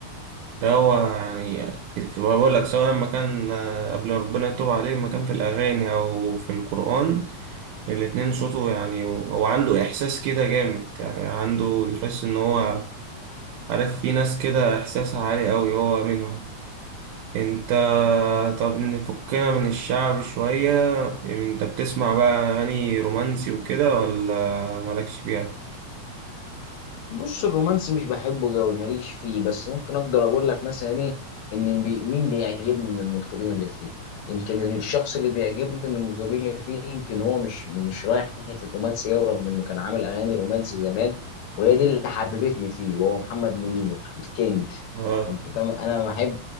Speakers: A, on the right; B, on the left.
A: ده هو يعني في- بقول لك سواء لما كان آه، قبل ما ربنا يتوب عليه لما كان في الاغاني او في القران الاتنين صوته يعني هو عنده احساس كده جامد يعني عنده يحس ان هو عارف في ناس كده احساسها عالي قوي هو منهم انت طب نفكنا من الشعب شوية انت بتسمع بقى اغاني رومانسي وكده ولا مالكش فيها
B: بص الرومانسي مش بحبه قوي ماليش فيه بس ممكن اقدر اقول لك مثلا ايه ان بي مين بيعجبني من المطربين اللي فيه يمكن الشخص اللي بيعجبني من المطربين اللي فيه يمكن هو مش مش رايح ناحية الرومانسي قوي رغم انه كان عامل اغاني رومانسي زمان وهي دي اللي حببتني فيه وهو محمد منير الكينج
A: اه
B: انت فاهم انا ما احب